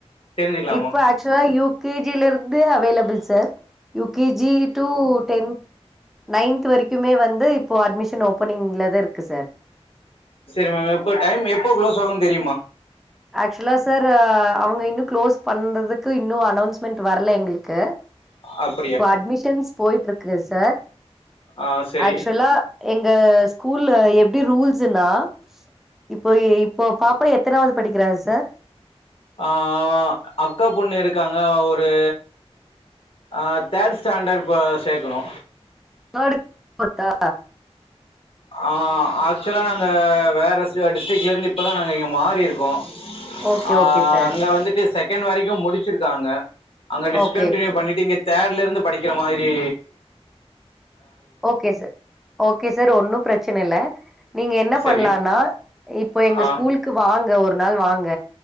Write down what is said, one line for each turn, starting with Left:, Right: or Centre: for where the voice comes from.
Left: தெரிஞ்சுக்கலாமா
Centre: இப்போ ஆக்சுவலா யூ கே ஜி ல இருந்து available sir U K G to ten ninth வரைக்குமே வந்து இப்போ அட்மிஷன் ஓபனிங்ல தா இருக்கு சார்
Left: செரி மேம் எப்போ டைம் எப்போ க்ளோஸ் ஆகும்ன்னு தெரியுமா
Centre: ஆக்சுவலா சார் அவுங்க இன்னு க்ளோஸ் பண்றதுக்கு இன்னு அனௌன்ஸ்மெண்ட் வர்ல எங்களுக்கு
Left: அப்
Centre: இப்ப அட்மிஷன்ஸ் போய்ட்டு இருக்கு சார்
Left: ஆ சரி
Centre: ஆக்சுவலா எங்க ஸ்கூல்ல எப்டி ரூல்ஸ்ன்னா இப்போ எ இப்போ பாப்பா எத்தானாவது படிக்கிறா சார்
Left: ஆ அக்கா பொண்ணு இருக்காங்க ஒரு அ தேர்ட் ஸ்டாண்டர்ட் இப்ப சேக்கணு
Centre: தேர்டுக் போர்த்தா
Left: ஆ ஆக்சுவலா நாங்க வேற சே டிஸ்ட்ரிக்ல இருந்து இப்பதா நாங்க இங்க மாறிருக்கோ
Centre: ஓகே
Left: ஆ
Centre: ஓகே சார்
Left: அங்க வந்துட்டு செகண்ட் வரைக்கு முடிச்சிருக்காங்க அங்க டிஸ்கண்டடினியூ
Centre: ஓகே ஓகே
Left: பண்ணிட்டு இங்க தேர்ட்ல இருந்து படிக்கிற மாரி
Centre: ஓகே சார் ஓகே சார் ஒன்னு ப்ரச்சன இல்ல நீங்க என்ன
Left: சரி
Centre: பண்லானா இப்ப எங்க
Left: ஆ
Centre: ஸ்கூல்க்கு வாங்க ஒரு நாள் வாங்க